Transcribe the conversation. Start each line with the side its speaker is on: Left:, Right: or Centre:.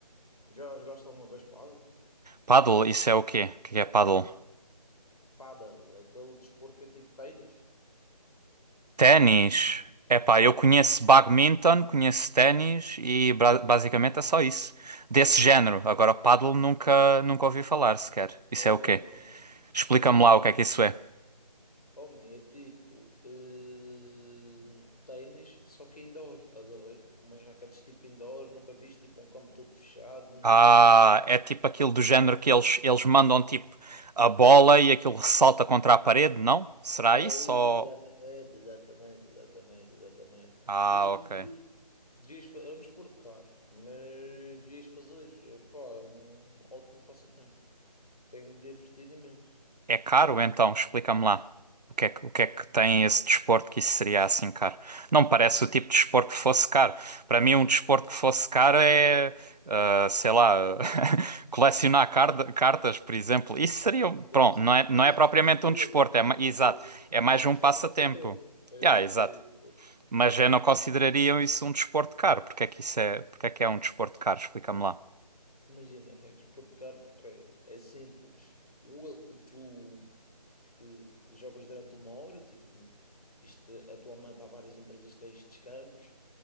Left: Já jogaste alguma vez paddle?
Right: Paddle, isso é o quê? O que é paddle?
Left: Paddle, aquele desporto que é tipo ténis.
Right: Ténis. Epá, eu conheço badminton, conheço ténis e bra- basicamente é só isso. Desse género. Agora, paddle nunca, nunca ouvi falar sequer. Isso
Left: Ama,
Right: é o quê? Explica-me
Left: não.
Right: lá o que é que isso é.
Left: Homem, é tipo eh, ténis, só que indoor, estás a ver? Com umas raquetes tipo indoor, nunca viste tipo um campo todo fechado,
Right: Ah,
Left: com
Right: é tipo aquilo do género
Left: fechado.
Right: que eles, eles mandam tipo a bola e aquilo ressalta contra a parede, não? Será
Left: É
Right: isso? Ou...
Left: isso, exatamente, exatamente, exatamente, exatamente.
Right: Ah,
Left: Devias como
Right: ok.
Left: devias, devias fa- é um desporto caro, mas devias fazer. Eh, Pá, é um ótimo passatempo. Tenho-me divertido imenso.
Right: É caro
Left: Imenso.
Right: então? Explica-me lá. O que é que, o que é que tem esse desporto que isso seria assim caro? Não me parece o tipo de desporto que fosse caro. Para mim, um desporto que fosse caro é, ah, sei lá, <laughs> colecionar
Left: <laughs>
Right: carda- cartas, por exemplo. Isso seria, um- pronto,
Left: Mas isto,
Right: não é, não
Left: mas
Right: é propriamente
Left: isto é desporto,
Right: um desporto, é, ma-
Left: é desporto.
Right: exato, é mais um
Left: Isto
Right: passatempo.
Left: é um passatempo. É
Right: Yeah,
Left: isso,
Right: exato.
Left: é isso.
Right: Mas eu não consideraria isso um desporto caro. Porque é que isso é, porque é que é um desporto caro? Explica-me lá.
Left: Imagina, é desporto caro porque é, é simples. O- tu eh, jogas durante uma hora, tipo, isto atualmente há várias empresas que têm estes campos